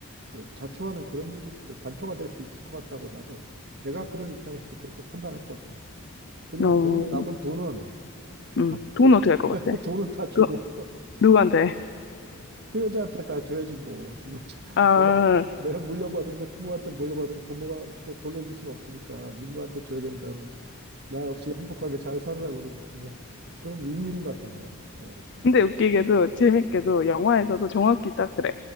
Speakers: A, on the right; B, on the left.
A: 저- 자초하는 그런 일일 수도, 단초가 될 수 있을 것 같다고 나도, 내가 그런 입장에서도 그렇게 판단할 것 같아. 그리고
B: 어,
A: 돈은, 남은 돈은
B: 음.
A: 다 주고,
B: 돈 어떻게 할 것
A: <laughs>
B: 같아?
A: 돈은 다 주고,
B: 그, 누구한테?
A: 그 여자한테 다 줘야지 뭐 누가 줘- <laughs>
B: 아,
A: 내가 내가 물려받은 거 부모한테 물려받은 거 부모한테 돌려줄 수는 없으니까 누구한테 줘야 된다 그러고 나 없이 행복하게 잘 살으라고 그러고 주면 그럼 윈윈 같은데 내가 볼 때는
B: 근데 웃기게도, 재밌게도,
A: 음,
B: 영화에서도
A: 음,
B: 정확히 딱 그래.